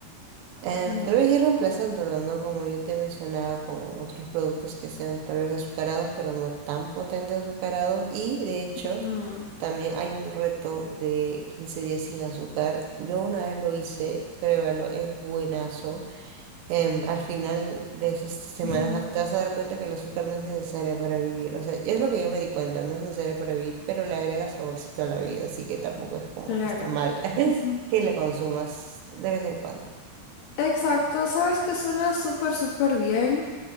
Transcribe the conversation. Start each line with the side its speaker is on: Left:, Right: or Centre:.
Right: em,
Left: Claro.
Right: tal vez ir reemplazándolo, ¿no? Como yo te mencionaba, con otros productos que sean tal vez azucarados, pero no tan potentes azucarados. Y de hecho,
Left: ujú,
Right: también hay un reto de 15 días sin azúcar. Yo una vez lo hice, pruébalo, es buenazo em, al final de esas semanas
Left: ujú,
Right: vas- te vas a dar cuenta que el azúcar no es necesaria para vivir. O sea, y es lo que yo me di cuenta, no es necesaria para vivir, pero le agrega saborcito a la vida, así que tampoco es como
Left: Claro.
Right: que está mal <laughs>
Left: <laughs>
Right: que la consumas de vez en cuando.
Left: Exacto, sabes que suena súper, súper bien.